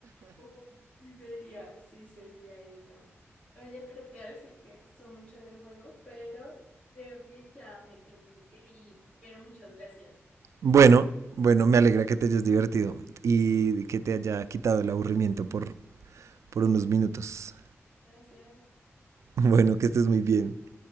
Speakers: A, on the left; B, on the right.
A: Oh, sí sería, sí sería ella. Oye, pero te voy a decir que estuvo muy chévere el juego, pero creo que ya me tengo que ir. Pero muchas gracias.
B: Bueno, bueno, me alegra que te hayas divertido y que te haya quitado el aburrimiento por, por unos minutos.
A: Gracias.
B: <laughs> Bueno, que estés muy bien.